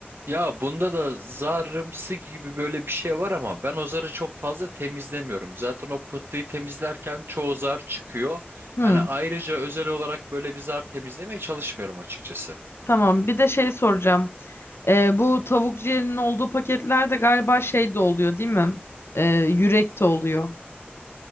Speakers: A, on the right (about 70°); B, on the left (about 85°).
A: Ya bunda da zarımsı gibi böyle bir şey var ama ben o zarı çok fazla temizlemiyorum. Zaten o pıhtıyı temizlerken çoğu zar çıkıyor.
B: Hı,
A: Hani ayrıca özel olarak böyle bir zar temizlemeye çalışmıyorum açıkçası.
B: tamam. Bir de şey soracağım. Ee, bu tavuk ciğerinin olduğu paketlerde galiba şey de oluyor, değil mi? Ee, yürek de oluyor.